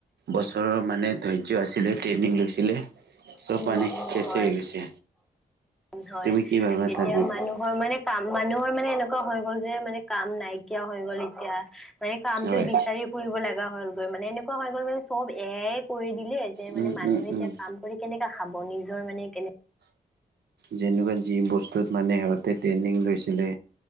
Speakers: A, on the right; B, in the centre.
A: বছৰৰ মানে ধৈৰ্য্য আছিলে, ট্ৰেইনিং লৈছিলে। চব
B: উম
A: মানে
B: উম উম
A: চেছে
B: হয়
A: হৈ গৈছে।
B: হয়,
A: তুমি কি ভাবা
B: তেতিয়া
A: তাৰ বিষয়ে
B: মানুহৰ মানে- কাম মানুহৰ মানে এনেকুৱা হৈ গ'ল যে, মানে কাম নাইকিয়া হৈ গ'ল এতিয়া। মানে কামটো
A: হয়
B: বিচাৰি ফুৰিব লাগা হ'লগৈ, মানে এনেকুৱা হৈ গ'ল মানে চব এ আই। কৰি দিলে যে
A: উম,
B: মানে মানুহে
A: উম,
B: এতিয়া
A: উম,
B: কাম কৰি কেনেকা খাব নিজৰ মানে কেনে
A: যেনেকুৱা যি বস্তুত মানে সিহঁতে ট্ৰেইনিং লৈছিলে।